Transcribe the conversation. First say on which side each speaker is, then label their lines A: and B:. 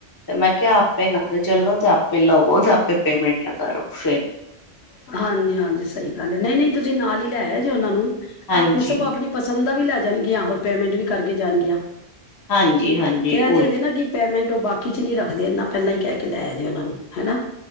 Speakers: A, on the left; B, on the left.
A: ਤੇ ਮੈਂ ਕਿਹਾ ਆਪੇ ਨਾਲ ਚੱਲੋ ਤੇ ਆਪੇ ਲਵੋ ਤੇ ਆਪੇ ਪੇਮੈਂਟ ਕਰੋ ਫਿਰ
B: <unintelligible> ਹਾਂਜੀ ਹਾਂਜੀ ਸਹੀ ਗੱਲ ਹੈ ਨਹੀਂ ਨਹੀਂ ਤੁਸੀਂ ਨਾਲ ਹੀ ਲੈਆ ਜੇ ਉਹਨਾਂ ਨੂੰ
A: ਹਾਂਜੀ
B: ਆਪ ਸੋਂ ਆਪਣੀ ਪਸੰਦ ਦਾ ਵੀ ਲੈ ਜਾਣਗੀਆਂ ਹੋਰ ਪੇਮੈਂਟ ਵੀ ਕਰਕੇ ਜਾਣਗੀਆਂ
A: ਹਾਂਜੀ ਹਾਂਜੀ
B: ਕਹਿ
A: ਉਹੀ
B: ਦਜੇ ਨਾ ਕਿ ਪੈਮੈਂਟ ਉਹ ਬਾਕੀ ਚ ਨੀ ਰੱਖਦੇ ਇਨਾ ਪਹਿਲਾਂ ਹੀ ਕਹਿ <unintelligible> ਲਾਇਆ ਜੇ ਉਹਨਾਂ ਨੂੰ ਹਨਾ